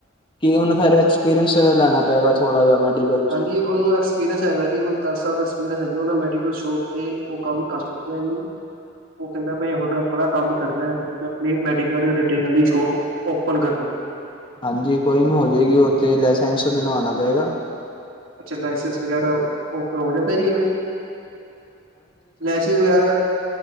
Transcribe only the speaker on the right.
ਹਾਂਜੀ ਉਹਨੂੰ ਐਕਸਪੀਰੀਅੰਸ ਹੈਗਾ ਜੀ ਉਹਨੂੰ ਦਸ ਸਾਲ ਦਾ ਐਕਸਪੀਰੀਅੰਸ ਐ ਜੀ ਉਹ ਮੈਡੀਕਲ ਸ਼ੋਪ ਤੇ ਉਹ ਕੰਮ ਕਰ ਚੁੱਕਾ ਹੈ ਜੀ। ਉਹ ਕਹਿੰਦਾ ਮੈਂ ਹੁਣ ਆਪਣਾ ਕੰਮ ਕਰਨਾ ਹੈਗਾ। ਜਿਵੇਂ ਮੈਂ ਆਪਣੀ ਮੈਡੀਕਲ ਰਿਟੇਲ ਦੀ ਸੋਪ ਓਪਨ ਕਰਨੀ।
ਅੱਛਾ ਲਾਇਸੈਂਸ ਵਗੈਰਾ ਓਪਨ ਹੋ ਜਾਂਦਾ ਜੀ ਐਵੇਂ। ਲਾਇਸੈਂਸ ਵਗੈਰਾ